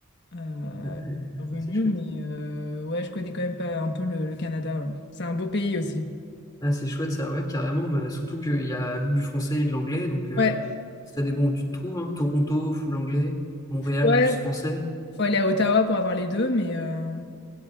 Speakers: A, on the left; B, on the left.
A: euh,
B: Ah,
A: revenu,
B: ouais, c'est chouette.
A: mais euh, ouais, je connais quand même pas un peu le, le Canada. ouais. C'est un beau pays aussi.
B: Ah, c'est chouette ça, ouais, carrément. Bah, surtout qu'il y a du français et de l'anglais, donc euh,
A: Ouais,
B: ça dépend où tu te trouves. hein. Toronto, full anglais. Montréal,
A: ouais,
B: plus français.
A: faut aller à Ottawa pour avoir les deux, mais euh,